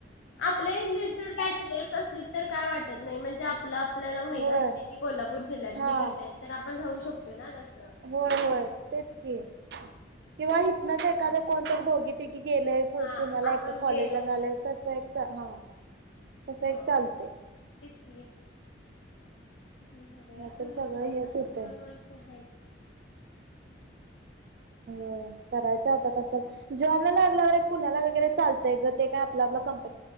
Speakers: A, on the left; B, on the right.
A: आपल्या <unintelligible> बॅचलर्स असतील तर काय वाटत नाही म्हणजे आ.. <inaudible> आपल्याला माहित
B: होय
A: असतय की कोल्हापूर जिल्ह्यातली
B: हा
A: कशी आहेत तर आपण राहू शकतो. ना तसं.
B: होय होय तेच की किवा हितनच एखाद.. कोणत दोघी तिघी गेले पुण्याला
A: हा आपण
B: एका कॉलेज
A: गेलो
B: ला मिळालय
A: तर
B: तस एक हा.. तस
A: हो
B: एक चालतय
A: <inaudible> ह
B: नाहीतर सगळं हेच होतंय
A: तेच
B: ह तेच